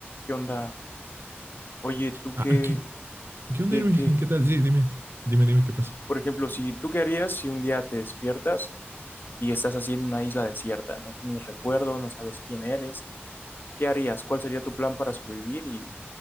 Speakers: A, on the left; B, on the right.
A: ¿Qué onda? Oye, ¿tú
B: Ah,
A: qué,
B: ¿qué, qué onda,
A: qué,
B: Irving?
A: qué?
B: <laughs> ¿Qué tal? Sí, dime, dime, dime qué pasa.
A: Por ejemplo, si tú qué harías si un día te despiertas y estás así en una isla desierta, no tienes recuerdo, no sabes quién eres, ¿qué harías? ¿Cuál sería tu plan para sobrevivir y,